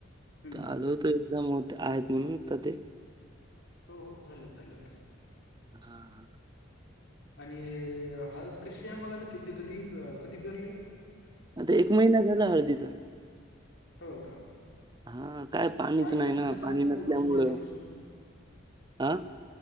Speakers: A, on the left; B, on the right.
A: हम्म
B: आल होत एक्झाम हो आहेत म्हणून ते
A: हो हो झालंत झालंत
B: हा हा
A: आणि हळत कशी आहे मगा आता कि कधी कधी पिरली
B: आता एक महिना झाला हळदीचा
A: हो ओ का
B: हा काय पाणी पाणीच
A: काय
B: नाही
A: प्रोसिजर
B: ना.
A: राहात
B: नसल्यामुळं
A: पूर्ण सुरुवातीपासून
B: हां,